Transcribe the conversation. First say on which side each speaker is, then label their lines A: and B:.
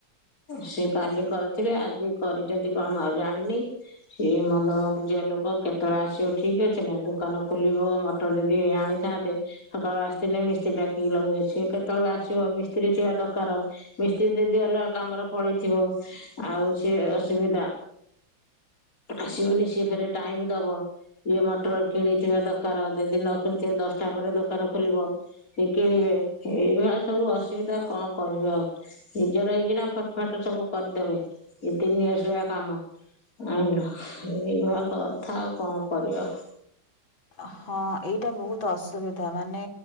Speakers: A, on the left; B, on the left.
A: ସିଏ କାଲି କରିଥିବେ ଆଜି କରିଚନ୍ତି କଣ ମୁଁ ଆଉ ଜାଣିନି ସିଏ ମନ ମଗଜିଆ। ଆ ଲୋକ କେତଳେ ଆସିବ ଠିକ ଅଛି ନା ଦୋକାନ ଖୋଲିବ ମଟର ଯଦି ଆଣିଥାନ୍ତେ ସକାଳ ଆ ଦିନେ ମିସ୍ତ୍ରୀ ଡାକିକି ଲଗେଇ ସିଏ କେତବେଳେ ଆସିବ ମିସ୍ତ୍ରୀ ଥିବା ଦରକାର ମିସ୍ତ୍ରୀ ଦିଦି ଗଲ। କାମର ପଳେଇଥିବ ଆଉ ସିଏ ଅସୁବିଦା। ଆସିବନି ସିଏ ଫେରେ ଟାଇମ ଦବ। ଇଏ ମଟର କିଣିଥିବା ଦରକାର ଯଦି ନ କିଣିଥିବେ ଦଶଟା ପରେ ଦୋକାନ ଖୋଲିବ ସେ କିଣିବେ। ଏ ଏଇଭଳିଆ ସବୁ ଅସୁବିଧା କଣ କରିବା ଆଉ ନିଜର ହେଇଚି ନା। ଫଟ୍ ଫାଟ୍ ସବୁ କରିଦେବେ ଇଏ ତିନି ଅସଳିଆ କାମ। ଆଇଁଲ ଏଇ ଭଳିଆ କଥା ଆଉ କଣ କରିବ।
B: ହଁ ଏଇଟା ବହୁତୁ ଅସୁବି ଥା ମାନେ